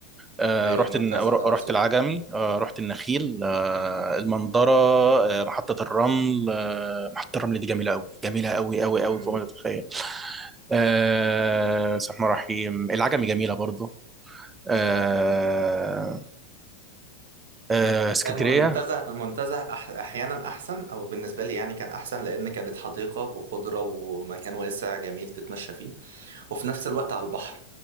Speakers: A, on the right (about 15°); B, on the right (about 55°).
A: آه،
B: ايوه
A: رحت
B: المنتزه
A: الن- رحت
B: اقصد
A: العجمي آه، رحت النخيل آه، المنظرة آه، محطة الرمل آه، محطة الرمل دي جميلة قوي جميلة قوي قوي قوي
B: مم.
A: فوق ما تتخيل آه، بسم الله الرحمن الرحيم العجمي جميلة برضو آه، آه، اسكندرية
B: لا، المنتزه المنتزه أح احيانا احسن او بالنسبة لي يعني كان احسن لان كانت حديقة وخضرة ومكان واسع جميل تتمشى فيه وفي نفس الوقت على البحر